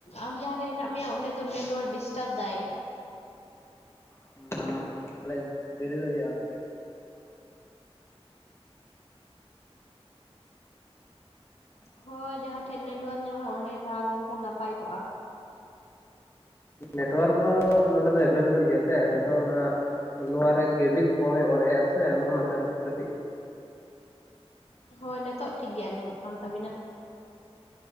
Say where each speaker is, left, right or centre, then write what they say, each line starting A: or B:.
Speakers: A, on the left; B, on the left.
A: ᱟᱢ ᱡᱟᱦᱟᱸ ᱨᱮ ᱦᱮᱱᱟᱜ ᱢᱮᱭᱟ ᱚᱸᱰᱮ ᱫᱚ ᱱᱮᱴᱳᱣᱟᱨᱠ ᱰᱤᱥᱴᱟᱵ ᱫᱟᱭ᱾
B: ᱦᱩᱸ ᱛᱟᱦᱞᱮ ᱫᱤᱨᱤ ᱫᱚ ᱦᱩᱭᱩᱜᱼᱟ ᱠᱟᱴᱤᱡ
A: ᱦᱳᱭ ᱡᱟᱦᱟᱸ ᱴᱷᱮᱡ ᱱᱮᱴᱚᱣᱟᱨᱠ ᱧᱟᱢᱚᱜᱼᱟ ᱚᱸᱰᱮ ᱪᱟᱞᱟᱣ ᱞᱮᱱᱠᱷᱟᱱ ᱱᱟᱯᱟᱭ ᱠᱚᱜᱼᱟ᱾
B: ᱱᱮᱴᱣᱟᱨᱠ ᱫᱚ ᱱᱚᱰᱮ ᱫᱚ ᱮᱵᱮᱞᱮᱵᱮᱞ ᱜᱮᱭᱟ ᱥᱮ ᱱᱤᱛᱚᱜ ᱚᱱᱟ ᱱᱚᱣᱟ ᱨᱮ ᱠᱮᱵᱤᱠᱥ ᱠᱚᱢᱮ ᱚᱨᱮᱜᱼᱟ ᱥᱮ ᱚᱱ ᱚᱱᱟᱛᱮ ᱠᱟᱹᱴᱤᱡ
A: ᱦᱳᱭ ᱱᱤᱛᱳᱜ ᱴᱷᱤᱠ ᱜᱮ ᱟᱸᱡᱚᱢᱚᱜ ᱠᱟᱱ ᱛᱟᱵᱤᱱᱟ᱾